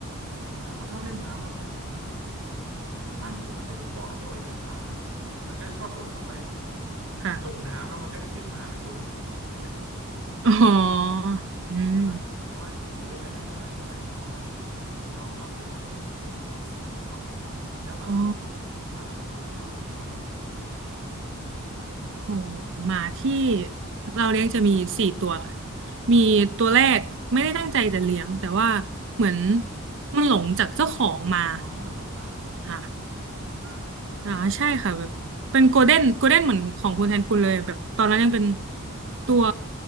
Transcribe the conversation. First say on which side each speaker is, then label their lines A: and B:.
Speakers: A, on the right (about 75°); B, on the right (about 60°).
A: น่ารักมากมันชอบเล่นน้ำมากเลย บ้านผมมันจะมีบ่อที่เอาไว้เลี้ยงปลามันก็ชอบโดดออกไป
B: ค่ะ
A: ลงน้ำแล้วมันก็จะขึ้นมาเป็นตัวเหม็นๆเปียกๆเนี่ย
B: อ๋อ
A: เออแล้วแต่ว่าอยู่ด้วยกันได้ไม่นานเท่าไหร่เพราะว่า
B: อืม
A: น้องก็เป็นมะเร็งแล้วก็เสียไปก่อน แล้วแบบ
B: อ๋อ
A: หมาของคุณข้าวเป็นไงบ้างครับ
B: โอ้หมาที่เราเลี้ยงจะมีสี่ตัวค่ะมีตัวแรกไม่ได้ตั้งใจจะเลี้ยงแต่ว่าเหมือน
A: อ่า
B: มันหลงจากเจ้าของมา
A: อ๋อมันหลงมาเหรอ
B: ค่ะ
A: อ่า
B: อ่าใช่ค่ะแบบเป็นโกลเด้นโกลเด้นเหมือนของคุณแทนคุณเลยแบบตอนนั้นยังเป็น
A: โอ้
B: ตัว